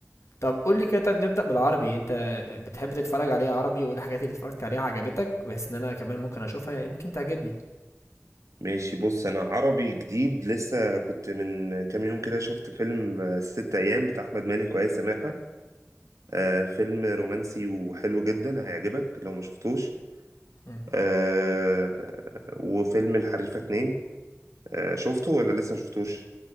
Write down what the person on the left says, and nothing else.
طب قول لي كده طيب نبدأ بالعربي انت بتحب تتفرج عليه عربي وايه الحاجات اللي اتفرجت عليها عجبتك بحيث ان انا كمان ممكن اشوفها يمكن تعجبني
مم.